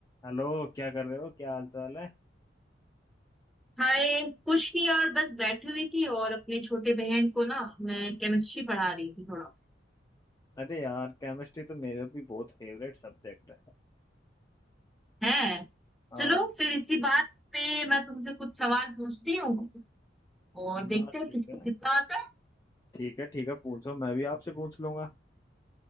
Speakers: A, on the left; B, in the centre.
A: Hello क्या कर रहे हो क्या हाल चाल है
B: हाय कुछ नहीं यार बस बैठी हुई थी और अपने छोटे बहन को ना मैं केमिस्ट्री पढ़ा रही थी थोड़ा
A: अरे यार केमिस्ट्री तो मेरा भी बहुत फेवरेट सब्जेक्ट है
B: है
A: हाँ
B: चलो फिर इसी बात पे मैं तुमसे कुछ सवाल पूछती हूँ और
A: हाँ
B: देखते
A: ठीक
B: हैं किसको
A: है
B: कितना आता है
A: ठीक है ठीक है पूछो मैं भी आपसे पूछ लूंगा